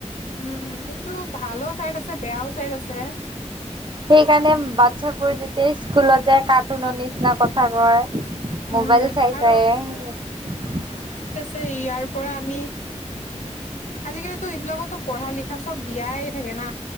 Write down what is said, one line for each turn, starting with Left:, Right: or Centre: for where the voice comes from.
Left: উম, এইটো ভালোঁ চাইড আছে, বেয়াও চাইড আছে।
Right: সেই কাৰণে বাচ্ছাবোৰ যেতিয়া স্কুলত যায় কাৰ্টুনৰ নিচিনা কথা কয়।
Left: উম,
Right: মোবাইল চাই
Left: আৰু
Right: চাই
Left: ছে ইয়াৰ পৰা আমি আজিকালিতো এইবিলাকো পঢ়া লিখা চব দিয়াই থাকে না?